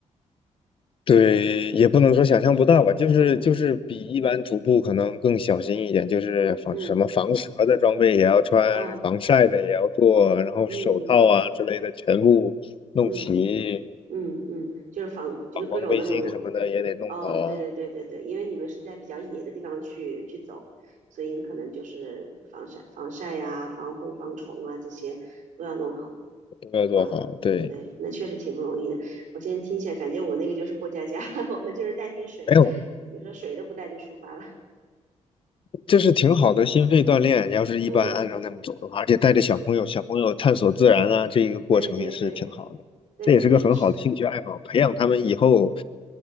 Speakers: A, on the left (about 45°); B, on the right (about 85°).
A: 对，也不能说想象不到吧，
B: 嗯
A: 就是就是比一般徒步可能更小心一点，
B: 嗯
A: 就是防什么防蛇的装备也要穿，
B: 嗯，哦，
A: 防晒的也要做，然后手套啊之类的全部弄齐，
B: 嗯嗯。嗯嗯，就是防就是各种那种，
A: 反光背心什么的也得弄好，
B: 哦，
A: 啊，
B: 对对对对对，因为你们是在比较野的地方去去走，所以你可能就是防晒、防晒呀、防护、防虫啊这些都要弄好
A: 都要做好。
B: 啊。
A: 对，
B: 对，那确实挺不容易的。我现在听起来感觉我那个就是过家家，<laughs> 我们就是带瓶水，
A: 没有，
B: 有时候水都不带就出发了。
A: 这是挺好的心肺锻炼，要是一般按照那么走的话，
B: <laughs> 嗯，
A: 而且带着小朋友，小朋友探索自然啊，这一个过程也是挺好的，
B: 对对对对对对，
A: 这也是个很好的兴趣爱好，
B: 是的，
A: 培养他们以后